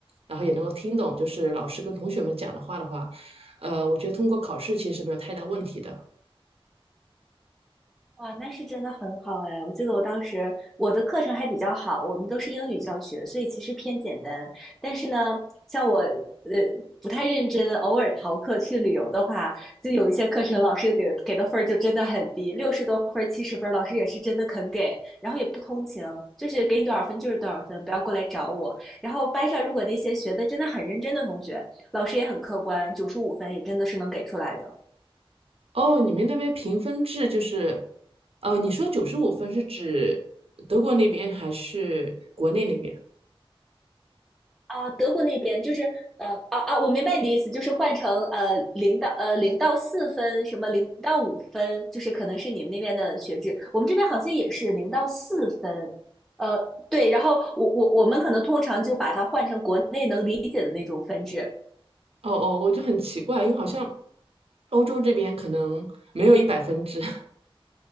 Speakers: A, on the right (about 80°); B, in the centre.
A: 然后也能够听懂，就是老师跟同学们讲的话的话，呃，我觉得通过考试其实没有太大问题的。
B: 哇，那是真的很好哎！我记得我当时我的课程还比较好，我们都是英语教学，所以其实偏简单。但是呢，像我呃不太认真，偶尔逃课去旅游的话，就有一些课程老师给给的分儿就真的很低，六十多分儿、七十分儿，老师也是真的肯给，然后也不通情，就是给你多少分就是多少分，不要过来找我。然后班上如果那些学的真的很认真的同学，老师也很客观，九十五分也真的是能给出来的。
A: 哦，你们那边评分制就是，呃，你说九十五分是指德国那边还是国内那边？
B: 啊，德国那边就是呃啊啊，我明白你的意思，就是换成呃零到呃零到四分，什么零到五分，就是可能是你们那边的学制，我们这边好像也是零到四分，呃对，然后我我我们可能通常就把它换成国内能理解的那种分制，
A: 哦哦，我就很奇怪，因为好像欧洲这边可能没有一百分制 <laughs>